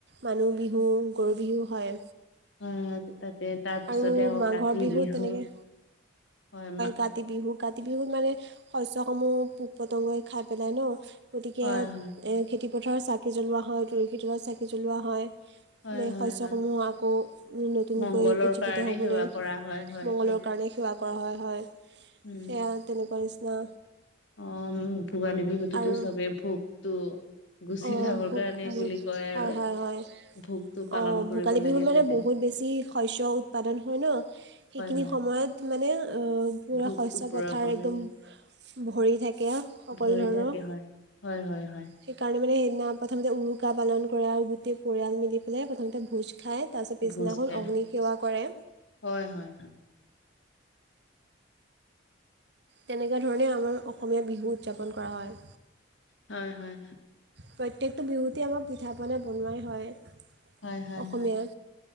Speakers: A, on the right; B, on the left.
A: মানুহ বিহু, গৰু বিহু, হয়।
B: <unintelligible> তাতে তাৰপিছতে
A: আৰু
B: আকৌ
A: মাঘৰ
B: কাতি
A: বিহুত
B: বিহু,
A: তেনেকৈ
B: হয়, মা
A: কাতি বিহু কাতি বিহুত মানে শস্যসমূহ পোক পতংগই খাই পেলাই ন? গতিকে
B: হয় হয়
A: খেতিপথাৰত চাকি জ্বলোৱা হয়, তুলসী তলত চাকি জ্বলোৱা হয়।
B: হয় হয়
A: শস্যসমূহ
B: হয়
A: আকৌ নতুন
B: মংগলৰ
A: গৈ উজ্জীৱিত
B: কাৰণে
A: হ'বলৈ
B: সেৱা কৰা হয় হয়
A: মঙংগলৰ
B: সেইটো
A: কাৰণে সেৱা কৰা হয়।
B: উম
A: সেয়া তেনেকুৱা নিচিনা।
B: অ', ভোগালী বিহুতোতো
A: আৰু
B: চবেই ভোগতো গুচি
A: অঁ
B: যাবৰ
A: ভোগ
B: কাৰণে
A: হয়
B: বুলি কয় আৰু।
A: হয় হয়
B: ভোগতটো পালন
A: অঁ
B: কৰিব
A: ভোগালী
B: লাগে
A: বিহুত মানে
B: ততে।
A: বহুত বেছি শস্য উৎপাদন হয় ন। সেইখিনি
B: হয়
A: সময়ত মানে ও পুৰা
B: ভোকটো
A: শস্য
B: পুৰাব
A: পথাৰ একদম
B: লাগে
A: ভৰি থাকে সকলো
B: ভৰি
A: ধৰণৰ
B: থাকে হয় হয় হয় হয়
A: সেইকাৰণে মানে দিনা প্ৰথমতে উৰুকা পালন কৰে আৰু গোটেই পৰিয়াল মিলি পেলাই প্ৰথমতে ভোজ খাই তাৰ পিছত পিছদিনাখন
B: ভোজতে
A: অগ্নি সেৱা কৰে
B: হয়, হয়।
A: তেনেকুৱা ধৰণে আমাৰ অসমীয়া বিহু উদযাপন কৰা হয়।
B: হয়, হয়।
A: প্ৰত্যেকটো বিহুতেই আমাক পিঠা পনা বনোৱাই হয়।
B: হয়, হয়,
A: অসমীয়াৰ